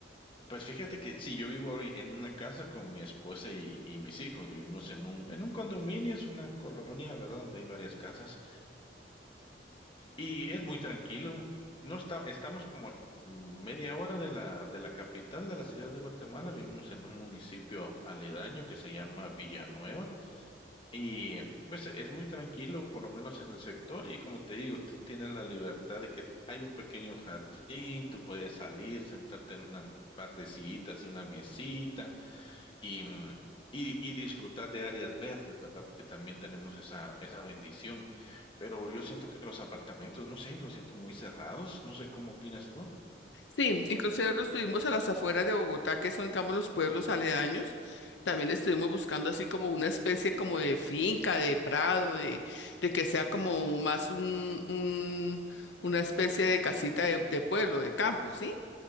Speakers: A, on the left (about 30°); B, on the left (about 80°).
A: pues fíjate que sí, yo vivo hoy en una casa con mi esposa y, y mis hijos. Vivimos en un, en un condominio, es una colonia, ¿verdad? Donde hay varias casas. Y es muy tranquilo. No está, estamos como a media hora de la, de la capital de la ciudad de Guatemala. Vivimos en un municipio aledaño que se llama Villanueva. Y pues es muy tranquilo, por lo menos en el sector. Y como te digo, tú tienes la libertad de que hay un pequeño jardín, tú puedes salir, sentarte en una par de sillitas y una mesita y, mm, y- y disfrutar de áreas verdes, ¿verdad? Porque también tenemos esa, esa bendición. Pero yo siento que los apartamentos, no sé, los siento muy cerrados. No sé cómo opinas tú.
B: Sí, inclusive nosotros estuvimos a las afueras de Bogotá, que son, digamos, los pueblos aledaños. También estuvimos buscando así como una especie como de finca, de prado, de, de que sea como más un, un- una especie de casita de, de pueblo, de campo, ¿sí?